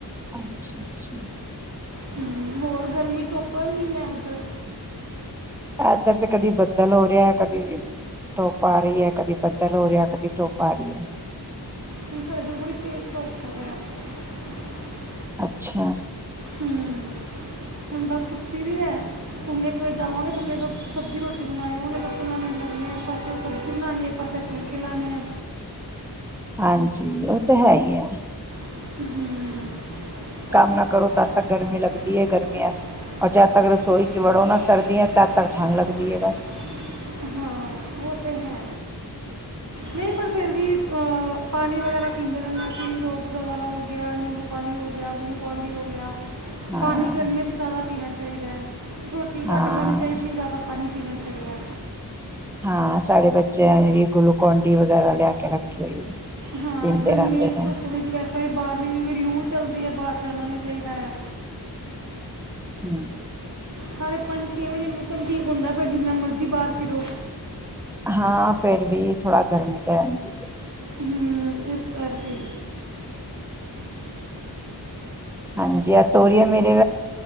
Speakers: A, in the centre; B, on the right.
A: ਅੱਛਾ, ਅੱਛਾ।
B: ਹਮ, ਹੋਰ ਗਰਮੀ ਤੋਂ ਉੱਪਰ ਨੀ ਹੈ ਉੱਧਰ।
A: ਇਧਰ ਤੇ ਕਦੀ ਬੱਦਲ ਹੋ ਰਿਹਾ ਹੈ, ਕਦੀ ਧੁੱਪ ਆ ਰਈ, ਕਦੀ ਬੱਦਲ ਹੋ ਰਿਹਾ, ਕਦੀ ਧੁੱਪ ਆ ਰਹੀ ਹੈ।
B: ਕੀ ਸਾਡੇ ਇੱਧਰ ਬੜੀ <inaudible>
A: ਅੱਛਾ।
B: ਹੂੰ, ਹੁਣ ਬਸ ਸੁੱਤੀ ਦੀ ਹੈ, ਹੁਣ ਇੱਕ ਵਾਰ ਜਾਵਾਂਗੇ ਥੱਲੇ। ਸਬਜ਼ੀ ਰੋਟੀ ਬਣਾਵਗੇ, ਦਸ ਪੰਦਰਾਂ ਮਿੰਟ ਲੱਗਣੇ ਆ, ਇੱਕ ਪਾਸੇ ਸਬਜ਼ੀ ਬਣਾਣੀ, ਇੱਕ ਪਾਸੇ ਫੁਲਕੇ ਲਾਣੇ ਆ।
A: ਹਾਂਜੀ, ਉਹ ਤਾਂ ਹੈ ਹੀ ਐ। <unintelligible>
B: ਹੂੰ। <unintelligible>
A: ਨਾ ਕਰੋ ਤਦ ਤੱਕ ਗਰਮੀ ਲੱਗਦੀ ਹੈ ਗਰਮੀਆਂ ਚ ਔਰ ਜਦ ਤੱਕ ਰਸੋਈ ਚ ਵੜੋ ਨਾ ਸਰਦੀਆਂ ਤਦ ਤੱਕ ਠੰਢ ਲੱਗਦੀ ਹੈ ਬਸ
B: ਹਾਂ, ਉਹ ਤੇ ਹੈ। ਨਹੀਂ, ਪਰ ਫਿਰ ਵੀ ਪਾਨੀ ਵਗੈਰਾ ਪੀਂਦੇ ਰਹਿੰਦੇ ਅਸੀਂ ਲੋਕ। ਜੂਸ ਵਗੈਰਾ ਹੋ ਗਿਆ, ਨਿੰਬੂ ਪਾਣੀ ਹੋ ਗਿਆ, ਗੁਲੂਕੌਣਡੀ ਹੋ ਗਿਆ।
A: ਹਾਂ
B: ਪਾਣੀ ਗਰਮੀਆਂ ਚ ਜ਼ਿਆਦਾ ਪੀਣਾ ਚਾਹੀਦਾ। ਚਾਹੀਦਾ। ਰੋਟੀ ਘੱਟ
A: ਹਾਂ
B: ਖਾਣੀ ਚਾਹੀਦੀ ਜਿਆਦਾ ਪਾਣੀ ਪੀਣਾ ਚਾ ਚਾਹੀਦਾ।
A: ਹਾਂ ਸਾਡੇ ਬੱਚਿਆਂ ਜਿਹੜੀ ਗਲੂਕੋਨ ਡੀ ਵਗੈਰਾ ਲਿਆ ਕੇ ਰੱਖੇ ਹੋਈ ਏ,
B: ਹਾਂ
A: ਪੀਂਦੇ
B: ਗਰਮੀਆਂ
A: ਰਹਿੰਦੇ
B: 'ਚ
A: ਨੇ।
B: ਧੁੱਪ ਵਿੱਚ ਵੈਸੇ ਵੀ ਬਾਹਰ ਕਿਉਕਿ ਲੂ ਚਲਦੀ ਹੈ ਬਾਹਰ ਜਾਣਾ ਨੀ ਚਾਹੀਦਾ ਹੈ।
A: ਹੂੰ।
B: ਸਾਡੇ ਪੰਜ ਛੇ ਵਜੇ ਮੌਸਮ ਠੀਕ ਹੁੰਦਾ ਫਿਰ ਜਿੰਨਾ ਮਰਜ਼ੀ ਬਾਹਰ ਫਿਰੋ।
A: ਹਾਂ ਫੇਰ ਵੀ ਥੋੜਾ ਗਰਮੀ ਤੇ ਰਹਿੰਦੀ ਹੈ।
B: ਹੂੰ ਇਸ ਕਰਕੇ।
A: ਹਾਂਜੀ ਆ ਤੋਰੀਏ ਮੇਰੇ,